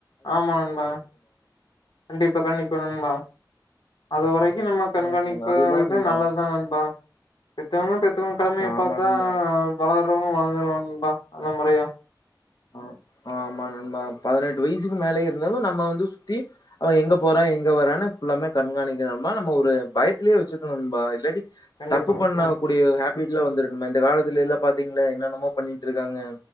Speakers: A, on the left; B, on the left.
A: ஆமா நண்பா கண்டிப்பா கண்டிப்பா நண்பா அது வரைக்கு நம்ம கண்காணிப்பது
B: ம் அதுதான்
A: வந்து
B: நண்பா
A: நல்லதுதா நண்பா பெத்தவுங்க பெத்தவுங்க கடமைய
B: ஆமா
A: பாத்தா
B: நண்பா
A: வளர்றவுங்க வளந்துருவாங்க நண்பா நல்ல முறையா
B: ஆ ஆமா நண்பா பதினெட்டு வயசுக்கு மேலேயே இருந்தாலு நம்ம வந்து சுத்தி அவே எங்க போறா எங்க வரான்னு ஃபுல்லாமே கண்காணிக்கணு நண்பா நம்ம ஒரு பயத்துலேயே வச்சுருக்கணு நண்பா இல்லாட்டி
A: கண்டிப்பா
B: தப்பு பண்ண
A: ம்
B: கூடிய ஒரு ஹேபிட்லா வந்துருக்குமே இந்த காலத்துலைலா பாத்தீங்களே என்னென்னமோ பண்ணிட்டு இருக்காங்க